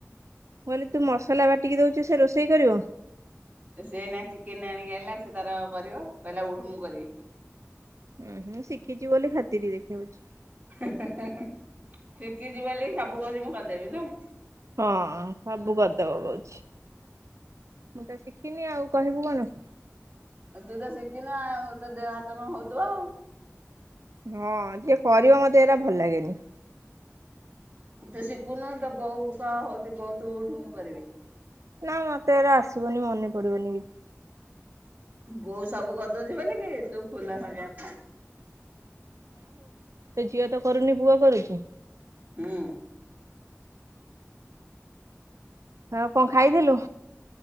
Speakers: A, on the right; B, on the right.
A: କହିଲି ତୁ ମସଲା ବାଟିକି ଦଉଛୁ ସେ ରୋଷେଇ କରିବ?
B: ସେ ନା ଚିକେନ ଆଣିକି ଆଇଲା, ସେ ତାର କରିବ, କହିଲା ଉଠୁ ମୁଁ କରିବି।
A: ଓ ହୁଁ ଶିଖିଛି ବୋଲି ଖାତିର ଦେଖାଉଛି।
B: ଶିଖିଛି ବୋଲି ସବୁ କହୁଛି ମୁଁ କରିଦେବି ନା?
A: ହଁ ସବୁ କରିଦବ କହୁଛି, ମୁଁ ତ ଶିଖିନି ଆଉ କହିବୁ କନ
B: ତୁ ତ ଶିଖିନୁ ଆଉ, ତୋ ଦେହ ହାତ କଣ ହଉଥିବ?
A: ହଁ ଯିଏ କରିବ ମତେ ଏଇଟା ଭଲ ଲାଗେନି?
B: ତୁ ଶିଖୁନୁ ତ ବୋଉ କହ ହଉଛି, ବଉ ତୁ ଉଠୁ ମୁ କରିବି।
A: ନା ମତେ ଏବେ ଆସିବନି, ମନେ ପଡିବନି ବି
B: ବୋଉ ସବୁ ଗଦଉଛି ବୋଲିକି ତୁ ଫୁଲା ଫାଙ୍କିଆ
A: ସେ ଝିଅ ତ କରୁନି ପୁଅ କରୁଛି?
B: ହୁଁ?
A: ଆଉ କଣ ଖାଇଥିଲୁ?